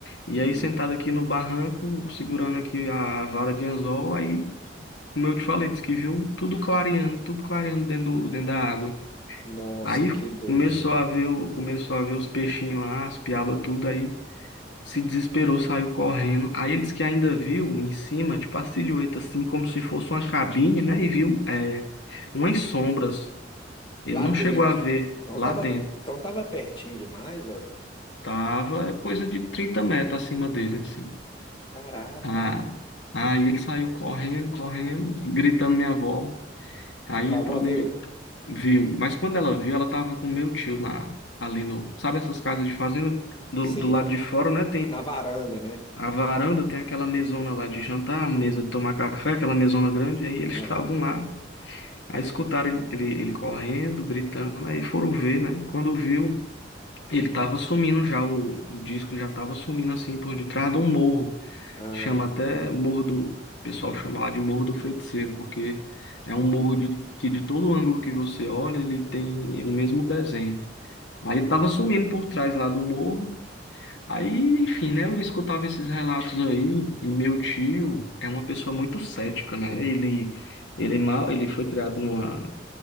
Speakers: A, on the left; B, on the left.
A: E
B: Uhum.
A: aí, sentado aqui no barranco, segurando aqui a vara de anzol, aí, como eu te falei, disse que viu tudo clareando, tudo clareando dentro, do- dentro da água.
B: Nossa,
A: Aí
B: que doido.
A: começou a ver, o- começou a ver os peixinhos lá, as piabas, tudo aí. se desesperou, saiu correndo. Aí ele disse que ainda viu em cima, tipo a silhueta, assim, como se fosse uma cabine, né? E viu é, umas sombras. Ele
B: Lá
A: não
B: dentro.
A: chegou a ver
B: Então
A: lá
B: tava,
A: dentro.
B: então tava pertinho demais, olha.
A: Tava coisa de 30 metros acima dele, assim.
B: Caraca.
A: Ah, aí ele saiu correndo, correndo, gritando minha avó. Aí
B: Sua
A: entrou
B: avó
A: dentro
B: viu?
A: de... Viu. Mas quando ela viu, ela tava com meu tio na, ali no... Sabe essas casas de fazenda? Do,
B: Sim.
A: do lado de fora, né?
B: Na varanda, né?
A: A varanda tem aquela mesona lá de jantar, mesa de tomar café, aquela mesona grande. Aí eles
B: Ah,
A: estavam lá, aí escutaram ele, ele, ele correndo, gritando, aí foram ver, né? Quando viu, ele tava sumindo já, o, o disco já tava sumindo assim por detrás de um morro.
B: ah,
A: Chama até o morro do, o pessoal chama lá de Morro do Feiticeiro, porque é um morro de, que de todo ângulo que você olha, ele tem o mesmo desenho. Aí
B: ah.
A: ele tava sumindo por trás lá do morro. Aí, enfim, né? Eu escutava esses relatos aí, e meu tio é uma pessoa muito cética, né? Ele, ele mal, ele foi criado numa,